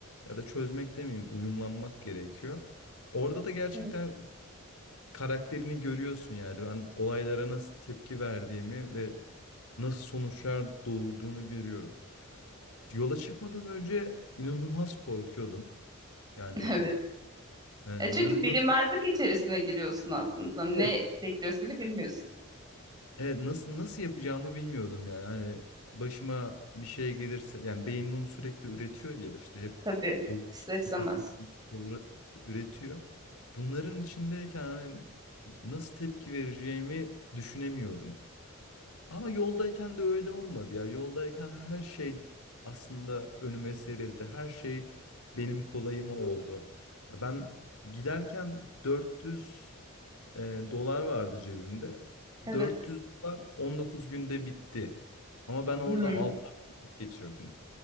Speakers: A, on the left; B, on the right.
A: ya da çözmek demeyeyim, uyumlanmak gerekiyor. Orada da gerçekten
B: Evet.
A: karakterini görüyorsun yani ben olaylara nasıl tepki verdiğimi ve nasıl sonuçlar doğurduğunu görüyorum. Yola çıkmadan önce inanılmaz korkuyordum. Yani
B: <laughs> Evet.
A: yani
B: E çünkü
A: na-
B: bilinmezlik
A: nasıl
B: içerisine giriyorsun aslında. Ne
A: evet
B: bekliyorsun da bilmiyorsun.
A: Evet nasıl nasıl yapacağımı bilmiyordum yani hani başıma bir şey gelirse yani beyin bunu sürekli üretiyor ya işte hep
B: Tabii.
A: o
B: İster istemez.
A: kötü doğru üretiyor. Bunların içindeyken hani nasıl tepki vereceğimi düşünemiyordum. Ama yoldayken de öyle olmadı ya. Yoldayken her şey aslında önüme serildi. Her şey benim kolayıma oldu. Ben giderken 400 e, dolar vardı cebimde.
B: Evet.
A: 400 dolar 19 günde bitti. Ama ben orada
B: Hmm.
A: 6 ay vakit geçirdim.